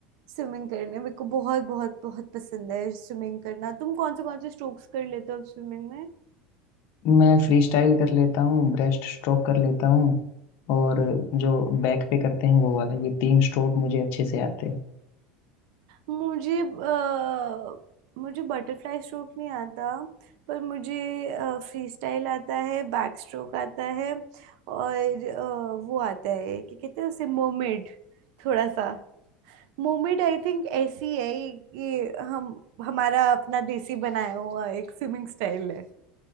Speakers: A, on the right (about 70°); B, on the left (about 60°).
A: स्विमिंग करने मेरे को बहुत बहुत बहुत पसंद है स्विमिंग करना तुम कौन से कौन से स्ट्रोक्स कर लेते हो स्विमिंग में
B: मैं फ्री स्टाइल कर लेता हूँ ब्रेस्ट स्ट्रोक कर लेता हूँ और जो बैक पे करते हैं वो वाला ये तीन स्ट्रोक मुझे अच्छे से आते हैं
A: मुझे अ, मुझे बटरफ्लाई स्ट्रोक नहीं आता पर मुझे फ्री स्टाइल आता है बैक स्ट्रोक आता है और अ, वो आता है क्या कहते हैं उसे मोमेड थोड़ा सा मोमेड आई थिंक ऐसी है ये, ये हम हमारा अपना देसी बनाया हुआ एक स्विमिंग स्टाइल है